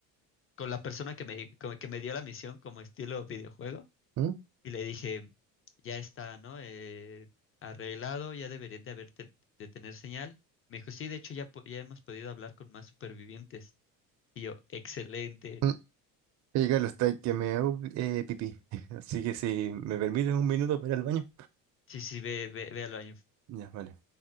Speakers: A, on the left; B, on the right.
A: con la persona que me, con- que me dio la misión como estilo videojuego
B: mm,
A: y le dije, ya está, ¿no? Eh, arreglado, ya deberían de haber te- de tener señal. Me dijo, sí, de hecho ya, po- ya hemos podido hablar con más supervivientes. Y yo, excelente.
B: mm. Oye, Carlos, está que me hago eh, pipí. <laughs> Así que si me permites un minuto para ir al baño.
A: Sí, sí, ve, ve, ve al baño.
B: Ya, vale.